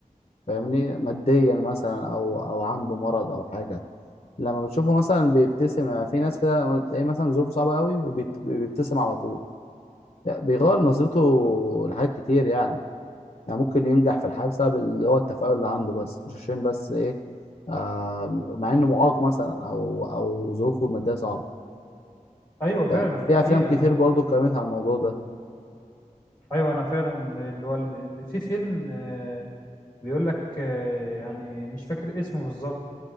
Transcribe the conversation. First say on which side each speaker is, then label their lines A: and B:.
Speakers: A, on the left (about 50°); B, on the left (about 20°).
A: فاهمني ماديا مثلا او او عنده مرض او حاجة لما بتشوفه مثلا بيبتسم يعني في ناس كده لما تلاقيه مثلا ظروفه صعبة قوي وبيبتسم على طول لا، بيغير نظرته لحاجات كتير يعني يعني ممكن ينجح في الحياة بسبب اللي هو التفاؤل اللي عنده بس مش عشان بس ايه آه مع انه معاق مثلا او او ظروفه المادية صعبة
B: ايوه فعلا
A: يعني
B: ده
A: في
B: حقيقة
A: افلام كتير
B: انا اهو
A: برضو اتكلمت عن الموضوع ده
B: ايوه انا فعلا اللي هو ال- ال- في فيلم آه، بيقول لك آه، يعني مش فاكر اسمه بالظبط